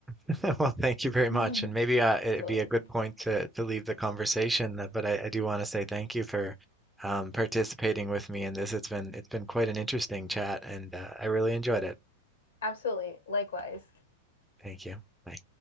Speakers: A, in the centre; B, on the left.
A: <laughs> Well, thank you very much.
B: <laughs>
A: And maybe uh,
B: Absolutely.
A: it'd be a good point to, to leave the conversation, uh, but I, I do want to say thank you for um, participating with me in this. It's been it's been quite an interesting chat, and uh, I really enjoyed it.
B: Absolutely. Likewise.
A: Thank you. Bye.